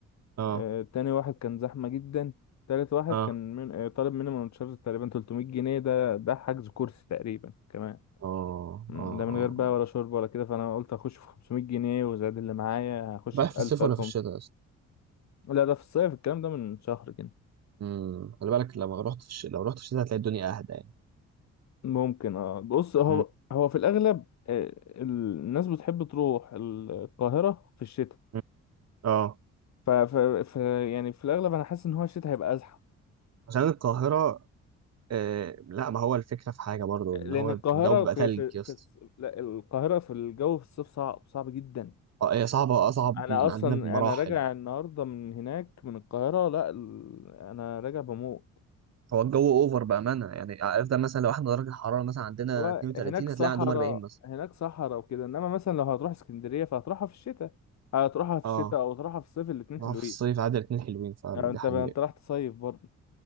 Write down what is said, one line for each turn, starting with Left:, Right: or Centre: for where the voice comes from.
Right: اه
Left: آه، تاني واحد كان زحمة جدا تالت واحد
Right: اه
Left: كان من... آه، طالب مينيمم تشارج تقريبا 300 جنيه ده ده حجز كرسي تقريبا كمان
Right: اه
Left: مم،
Right: اه
Left: ده من
Right: اه
Left: غير بقى ولا شرب ولا كده فانا قلت اخش في 500 جنيه وزاد اللي معايا هخش
Right: رايح
Left: في
Right: في الصيف
Left: 1000
Right: ولا
Left: 1000
Right: في
Left: ومت
Right: الشتاء اصلا
Left: لا ده في الصيف الكلام ده من شهر كده
Right: امم خلي بالك لما رحت في الش... لو رحت في الشتاء هتلاقي الدنيا اهدى يعني
Left: ممكن اه بص هو
Right: مم.
Left: هو في الاغلب آه، ال- الناس بتحب تروح القاهرة في الشتاء
Right: مم. اه
Left: ف... ف... ف يعني في الاغلب انا حاسس ان هو الشتاء هيبقى ازحم
Right: عشان القاهرة آه لا ما هو الفكرة في حاجة برضو
Left: لان
Right: ان هو
Left: القاهره
Right: الجو بيبقى
Left: في
Right: تلج
Left: في
Right: يا
Left: في
Right: اسطى
Left: الص- لا القاهره في الجو في الصيف صعب صعب جدا
Right: اه هي صعبة اصعب
Left: انا
Right: من
Left: اصلا
Right: عندنا بمراحل
Left: انا راجع النهارده من هناك من القاهره لا ال- انا راجع بموت
Right: هو الجو اوفر بأمانة يعني افضل مثلا لو احنا درجة الحرارة مثلا عندنا
Left: هو
Right: 32
Left: هناك صحراء
Right: هتلاقي عندهم 40 مثلا
Left: هناك صحراء وكده انما مثلا لو هتروح اسكندريه فهتروحها في الشتاء هتروحها في
Right: اه
Left: الشتاء او تروحها في الصيف الاتنين
Right: ما
Left: حلوين
Right: هو في الصيف عادي الاتنين حلوين فعلا
Left: يعني انت
Right: دي حقيقة
Left: انت راح تصيف برضه